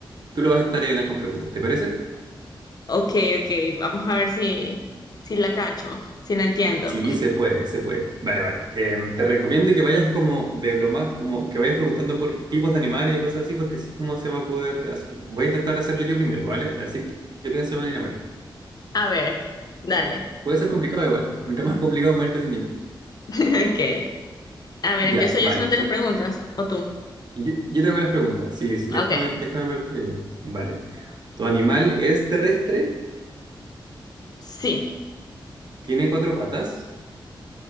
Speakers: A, on the right; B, on the left.
A: tú lo vas a intentar adivinar con preguntas, ¿te parece?
B: Ok, ok, vamos a ver si, si la cacho, si la entiendo.
A: Sí, se puede, se puede. Vale, vale. Em, te recomiendo que vayas como de lo más, como que vayas preguntando por tipos de animales y cosas así, porque así es como se va a poder hacerlo. Voy a intentar hacerlo yo primero, ¿vale? Así que yo pienso en un animal.
B: A ver, dale.
A: Puede ser complicado igual. Mientras más complicado, más entretenido.
B: <laughs> Ok. A ver,
A: Ya,
B: empiezo yo
A: vale.
B: si no te
A: tú-
B: las preguntas, o tú.
A: Yo, yo te hago las preguntas. Sí, sí, déjame,
B: Ok.
A: déjame verte yo. Vale. ¿Tu animal es terrestre?
B: Sí,
A: ¿Tiene cuatro patas?